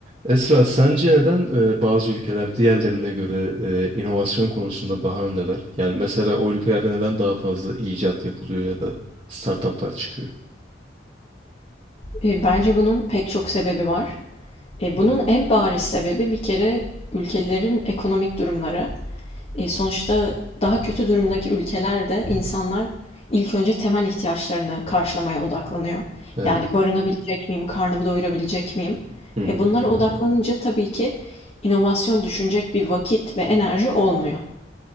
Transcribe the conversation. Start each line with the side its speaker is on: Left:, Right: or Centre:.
Right: Esra, sence neden e, bazı ülkeler diğerlerine göre e, inovasyon konusunda daha öndeler? Yani mesela o ülkelerde neden daha fazla icat yapılıyor ya da startuplar çıkıyor?
Left: E, Bence bunun pek çok sebebi var. E, bunun
Right: Hı hı.
Left: en bariz sebebi bir kere ülkelerin ekonomik durumları. E, sonuçta daha kötü durumdaki ülkelerde insanlar ilk önce temel ihtiyaçlarını karşılamaya odaklanıyor.
Right: Evet.
Left: Yani barınabilecek miyim, karnımı doyurabilecek miyim?
Right: Hı hı.
Left: E, bunlara odaklanınca tabii ki inovasyon düşünecek bir vakit ve enerji olmuyor.